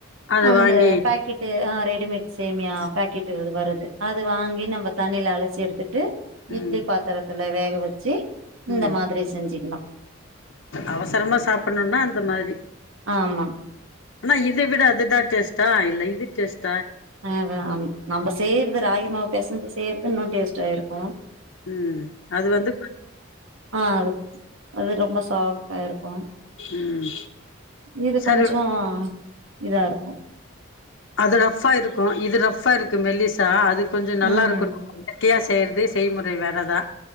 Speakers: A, on the left; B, on the right.
A: அத
B: அந்த
A: வாங்கி
B: பாக்கெட்டு ஆஹ மட் சேமியா பாக்கெட வருது அது வாங்கி நம்ம தண்ணில அழச்சி எடுத்துட்டு இடல
A: ம்
B: பாத்திரத்தை அத வேக வச்சு இந்த
A: ம்
B: மாதிரி செஞ்சிக்கலாம்
A: அவசரமா சாப்பிடணும்னா அந்த மாதிரி
B: ஆமா
A: ஆனா இதை விட அதுதான் டேஸ்ட் அதான் இல்ல இது டேஸ்ட்
B: ஆஹா ஆம் நம்ம செய்யருது ராகி மாவு பெசஞ்சி செயறுது இன்னும் டேஸ்டா இருக்கும்
A: உம் அது வந்து
B: ஆ அது அது ரொம்ப சாப் இருக்கும்
A: ம்
B: இது
A: சரி
B: கொஞ்சம் இதா இருக்கும்
A: அது ரப்பா இருக்கு இது ரஃபா இருக்கு மெல்லிசா அதுக் கொஞ்சம் நல்லா
B: ம்
A: இருக்கணும் கியா செய்யறது செய்முறை வேறதா